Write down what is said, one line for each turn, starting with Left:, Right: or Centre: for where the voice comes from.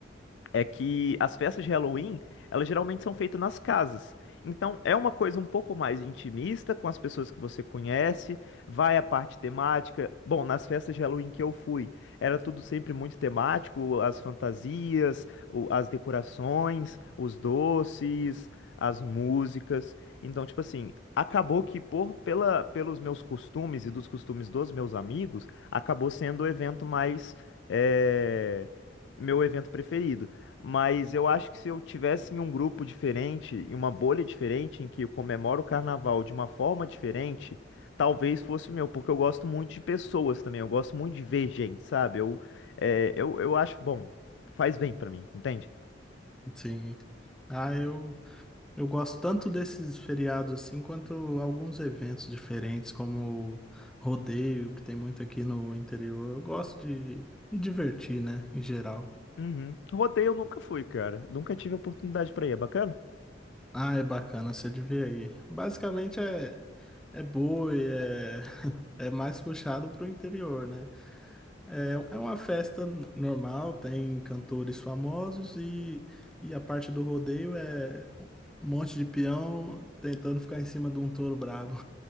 Left: é que as festas de Halloween, elas geralmente são feitas nas casas. Então é uma coisa um pouco mais intimista com as pessoas que você conhece, vai a parte temática. Bom, nas festas de Halloween que eu fui, era tudo sempre muito temático, as fantasias, o- as decorações, os doces, as músicas. Então, tipo assim, acabou que por pela pelos meus costumes e dos costumes dos meus amigos, acabou sendo o evento mais é, meu evento preferido. Mas eu acho que se eu tivesse em um grupo diferente, em uma bolha diferente, em que eu comemoro o carnaval de uma forma diferente, talvez fosse o meu, porque eu gosto muito de pessoas também, eu gosto muito de ver gente, sabe? Eu, é, eu, eu acho bom, faz bem pra mim, entende?
Centre: sim. Ah, eu. Eu gosto tanto desses feriados assim, quanto alguns eventos diferentes, como o rodeio, que tem muito aqui no interior. Eu gosto de me divertir, né, em geral.
Left: Uhum. Rodeio eu nunca fui, cara. Nunca tive oportunidade pra ir, é bacana?
Centre: Ah, é bacana, você de ver aí. Basicamente é, é boi, é, <laughs> é mais puxado pro interior, né? É, é uma festa n- normal, tem cantores famosos e, e a parte do rodeio é um monte de peão tentando ficar em cima de um touro brabo.